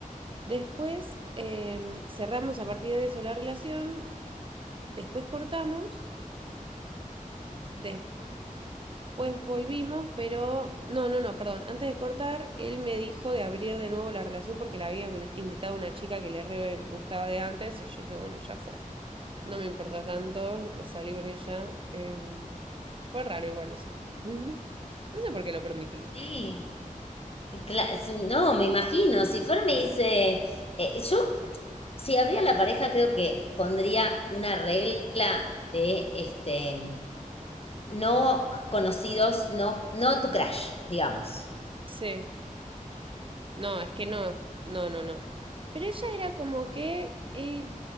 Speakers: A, on the right; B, on the left.
A: Después, em, cerramos a partir de eso la relación, después cortamos. Des- Pues volvimos, pero... No, no, no, perdón. Antes de cortar, él me dijo de abrir de nuevo la relación porque la había invitado una chica que le re gustaba de antes y yo dije, bueno, ya fue. No me importa tanto, salí con ella. eh, Fue raro igual eso. <laughs> No sé por qué lo permití.
B: Sí, Y cla- si- No, me imagino. Si Fer me dice, eh, yo, si abría la pareja, creo que pondría una regla de este, no conocidos, no, no tu crush, digamos.
A: Sí. No, es que no. No, no, no. Pero ella era como que... eh,